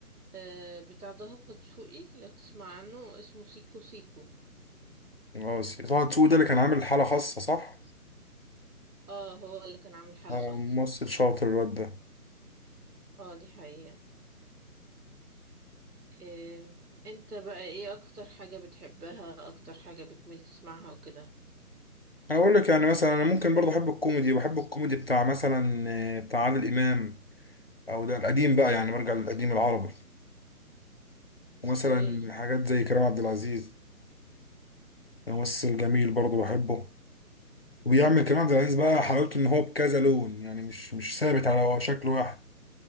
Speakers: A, on the right; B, on the left.
A: آه، بتاع ضهر دسوقي لو تسمع عنه اسمه سيكو سيكو
B: خلاص طه دسوقي ده اللي كان عامل حاله خاصه صح
A: اه هو اللي كان عامل حالة
B: اه
A: خاصة
B: ممثل شاطر الواد ده
A: اه دي حقيقة آه، انت بقى ايه اكتر حاجة بتحبها اكتر حاجة بتميل تسمعها وكده
B: انا اقول لك يعني مثلا انا ممكن برضه احب الكوميدي بحب الكوميدي بتاع مثلا آه، بتاع عادل امام او ده القديم بقى يعني برجع للقديم العربي
A: اوكي
B: ومثلا حاجات زي كريم عبد العزيز ده ممثل جميل برضه بحبه وبيعمل كريم عبد العزيز بقى حلاوته ان هو بكذا لون يعني مش مش ثابت على شكل واحد